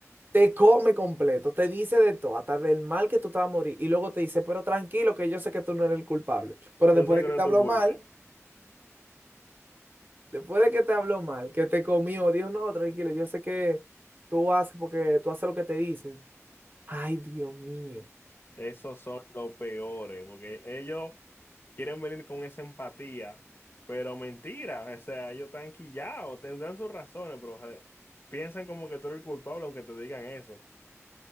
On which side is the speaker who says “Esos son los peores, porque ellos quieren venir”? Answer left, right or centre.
Left